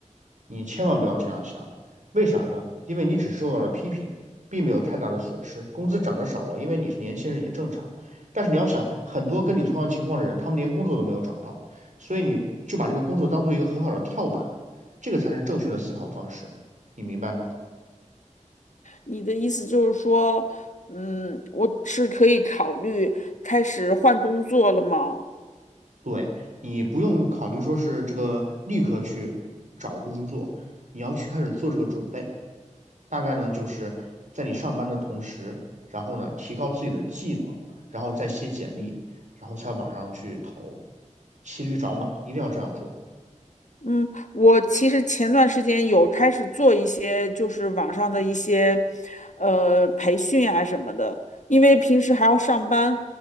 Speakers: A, on the right; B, on the left.
A: 你千万不要这样想，为啥呢？因为你只是受到了批评，并没有太大的损失。工资涨得少了，因为你是年轻人也正常。但是你要想，很多跟你同样情况的人，他们连工作都没有找到，所以你就把这个工作当做一个很好的跳板，这个才是正确的思考方式，你明白吗？
B: 你的意思就是说，嗯，我是可以考虑开始换工作了吗？
A: 对，你不用考虑说是这个立刻去找工作，你要去开始做这个准备。大概呢就是在你上班的同时，然后呢提高自己的技能，然后再写简历，然后在网上去投，骑驴找马，一定要这样做，
B: 嗯，我其实前段时间有开始做一些，就是网上的一些，呃，培训啊什么的，因为平时还要上班，